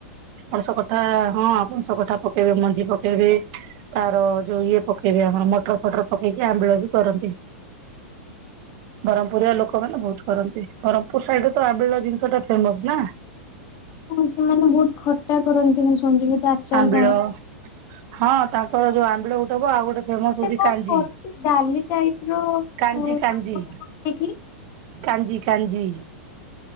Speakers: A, on the right; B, on the left.
A: ପଣସ କଠା ହଁ ଆପଣ ପଣସ କଠା ପକେଇବେ ମଞ୍ଜି ପକେଇବେ। ତାର ଯୋଉ ଇଏ ପକେଇବେ ଆମର ମଟର ଫଟର ପକେଇକି ଆମ୍ବିଳ ବି କରନ୍ତି। ବରମ ପୁରୀଆ ଲୋକମାନେ ବହୁତ କରନ୍ତି ବରମପୁର ସାଇଡ ରେ ତ ଆମ୍ବିଳ ଜିନିଷ ଟା ଫେମସ ନା।
B: ହ ସେମାନେ ବହୁତ ଖଟା କରନ୍ତି ମୁ ଶୁଣିଥିଲି। ତା ଆଚାର
A: ଆମ୍ବିଳ
B: ସାଙ୍ଗ
A: ହଁ ତାଙ୍କର ଯୋଉ ଆମ୍ବିଳ ଗୋଟେ। ଆଉ ଗୋଟେ ଫେମସ ହଉଛି
B: କଣ
A: କାଞ୍ଜି
B: କରନ୍ତି ଡାଲି ଟାଇପ ର
A: କାଞ୍ଜି କାଞ୍ଜି।
B: ଆମ୍ବୁଲ ପକେଇକି
A: କାଞ୍ଜି କାଞ୍ଜି।